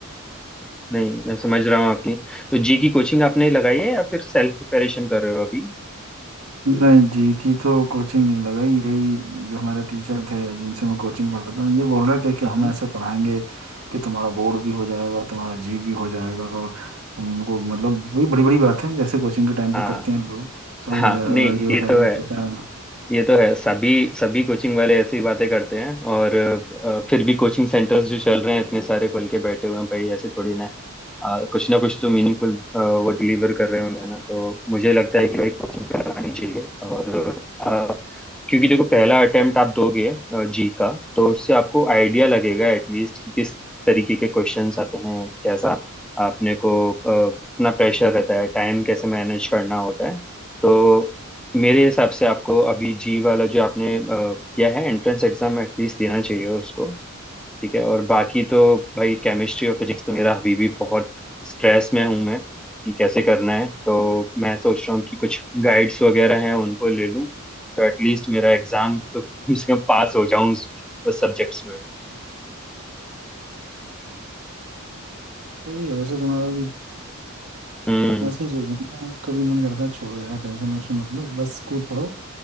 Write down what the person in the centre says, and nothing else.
नहीं मैं समझ रहा हूँ आपकी तो जी की कोचिंग आपने लगाई है या फिर सेल्फ प्रिपरेशन कर रहे हो अभी
हम्म
हाँ
हाँ
नहीं
ये
तो
है
ये तो है सभी सभी कोचिंग वाले ऐसी बातें करते हैं और अ, फिर भी कोचिंग सेंटर्स जो चल रहे हैं इतने सारे खुल के बैठे हुए हैं भाई ऐसे थोड़ी ना है। अ, कुछ ना कुछ तो मीनिंगफुल वो डिलीवर कर रहे होंगे ना तो मुझे लगता है कि भाई कोचिंग करवानी चाहिए और अ, क्योंकि देखो पहला अटेम्प्ट आप दोगे अ, जी का तो उससे आपको आइडिया लगेगा एटलीस्ट कि किस तरीके के क्वेश्चंस आते हैं कैसा आपने को अ, कितना प्रेशर रहता है टाइम कैसे मैनेज करना होता है तो मेरे हिसाब से आपको अभी जी वाला जो आपने अ, किया है एंट्रेंस एग्जाम एटलीस्ट देना चाहिए उसको ठीक है और बाकी तो भाई केमिस्ट्री और फिजिक्स तो मेरा अभी भी बहुत स्ट्रेस में हूँ मैं कि कैसे करना है तो मैं सोच रहा हूँ कि कुछ गाइड्स वगैरह हैं उनको ले लूँ तो एटलीस्ट मेरा एग्जाम तो कम से कम पास हो जाऊँ उसमें उस सब्जेक्ट्स में
हम्म